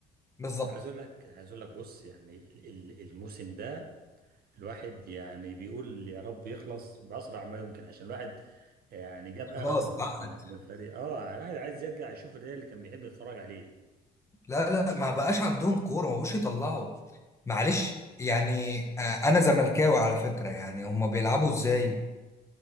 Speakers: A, on the left (about 15°); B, on the right (about 65°).
A: بالظبط
B: عايز اقول لك عايز اقول لك بص يعني ال- ال- الموسم ده الواحد يعني بيقول يا رب يخلص باسرع ما يمكن عشان الواحد يعني جاب اخره
A: خلاص
B: من
A: عقد
B: ال- من الفريق اه الواحد عايز يرجع يشوف الريال اللي كان بيحب يتفرج عليه
A: لا لا ما بقاش عندهم كوره ما بقوش يطلعوا معلش يعني آه، انا زملكاوي على فكره يعني هما بيلعبوا ازاي